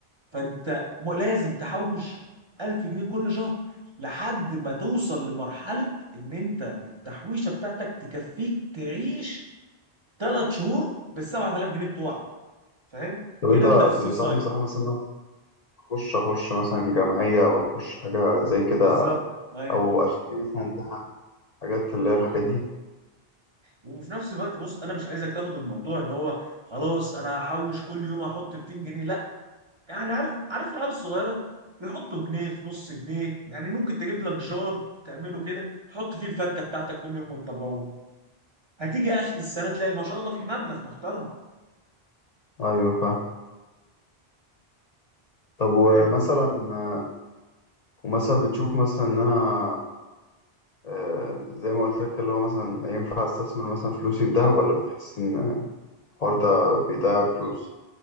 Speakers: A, on the right; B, on the left.
A: فانت م- لازم تحوش 1000 جنيه كل شهر لحد ما توصل لمرحلة ان انت التحويشة بتاعتك تكفيك تعيش 3 شهور بال 7000 جنيه بتوعك فاهم
B: طب
A: كده
B: انت
A: انت في السيف
B: تنصحني
A: سايد
B: بصراحة مثلا إن أنا اخش اخش مثلا جمعية او اخش حاجة زي كده
A: بالظبط ايوه
B: او اشتري مثلا ذهب، حاجات اللي هي الحاجات دي
A: وفي نفس الوقت بص انا مش عايزك تاخد الموضوع ان هو خلاص انا هحوش كل يوم احط 200 جنيه يعني عارف عارف العيال الصغيره بيحطوا جنيه في نص جنيه يعني ممكن تجيب لك جار تعمله كده تحط فيه الفكه بتاعتك كل يوم وانت مروح هتيجي اخر السنه تلاقي ما شاء الله في مبلغ محترم
B: ايوه فاهم طب ومثلا
A: فاهم
B: آه، ومثلا بتشوف مثلا ان انا آه، زي ما قلت لك اللي هو مثلا ينفع استثمر مثلا فلوسي في دهب ولا بتحس ان الحوار ده بيضيع الفلوس